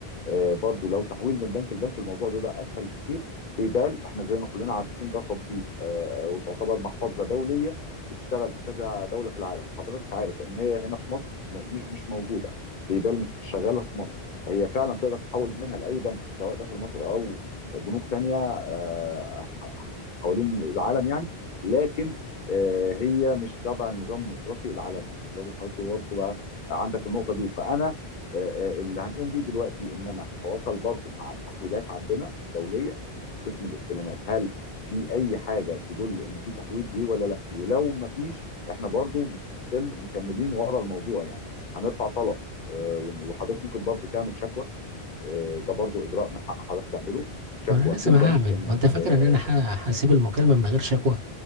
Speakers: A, on the left; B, on the right.
A: آه، برضو لو تحويل من بنك لبنك الموضوع بيبقى اسهل بكتير بيبال احنا زي ما كلنا عارفين ده تطبيق آه، آه، وتعتبر محفظه دوليه بتشتغل في كذا دوله في العالم وحضرتك عارف ان هي هنا في مصر م- مش مش موجوده بيبال مش شغاله في مصر فهي فعلا تقدر تحول منها لاي بنك سواء داخل مصر او بنوك تانية آه، ح- ح- حوالين العالم يعني لكن آه، هي مش تبع النظام المصرفي العالمي لازم حضرتك برضه تبقى عندك النقطه دي فانا آه، آه، اللي هنقوم بيه دلوقتي ان انا هتواصل برضو مع التحويلات عندنا الدوليه في قسم الاستلامات هل في اي حاجه تدل ان في تحويل جه ولا لا ولو ما فيش احنا برضو ستيل مكملين ورا الموضوع يعني هنرفع طلب آه، وإن- وحضرتك ممكن برضو تعمل شكوى آه، ده برضو اجراء من حق حضرتك تعمله شكوى
B: وانا لسه
A: في البنك
B: ما انا لازم هعمل
A: انك
B: هو انت فاكر
A: آه،
B: ان انا ه- هسيب المكالمة من غير شكوى